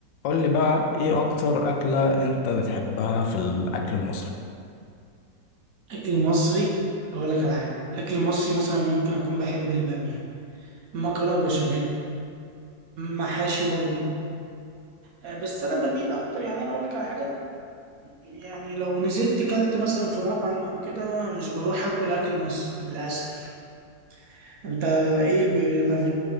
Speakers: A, on the left; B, on the right.
A: قول لي بقى ايه اكتر اكلة انت بتحبها في الاكل المصري
B: اكل مصري اقول لك على حاجه اكل مصري مثلا ممكن اكون بحب الباميه مكرونه بشاميل محاشي برضو آه، بس انا بميل اكتر يعني انا اقول لك على حاجه يعني لو نزلت كلت مثلا في مطعم او كده مش بروح اكل اكل مصري للاسف انت ايه ب... لما ب...